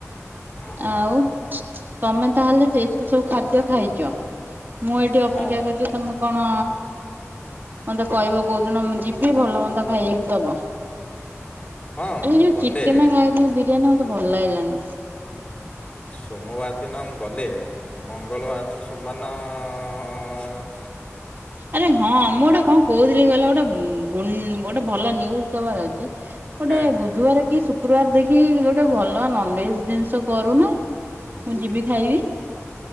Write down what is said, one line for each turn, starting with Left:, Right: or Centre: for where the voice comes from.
Left: ହଁ
Right: ଆଉ ତମେ ତାହେଲେ ଏତେ ସବୁ ଖାଦ୍ୟ ଖାଇଚ। ମୁଁ ଏଠି ଅପେକ୍ଷା
Left: ହଁ ହଁ
Right: କରିଛି ତମେ ମ କଣ ମତେ କହିବ କୋଉଦିନ ମୁଁ ଯି ଭଲ ମନ୍ଦ ଖାଇଆକୁ ଦବ।
Left: ହଁ
Right: ଆରେ
Left: ମୁଁ
Right: ଯୋଉ
Left: ଗଲେ
Right: ଚିକେନ ଖାଇଥିଲେ ବିରିୟାନୀ ମତେ ଭଲ ଲାଗିଲାନି।
Left: ସୋମବାର ଦିନ ମୁଁ ଗଲେ ମଙ୍ଗଳ ବାର ସୋମ ବାର ନ।
Right: ଆରେ ହଁ ମୁଁ ଗୋଟେ କଣ କହୁଥିଲି କହିଲ ଗୋଟେ ଉଁ ଗୋଟେ ଭଲ ନିଉଜ ଦବାର ଅଛି। ଗୋଟେ
Left: ହଁ
Right: ବୁଧବାର କି ଶୁ ଶୁକ୍ରବାର ଦେଖି ଗୋଟେ ଭଲ ନନଭେଜ ଜିନିଷ କରୁନା। ମୁଁ ଯିବି ଖାଇବି।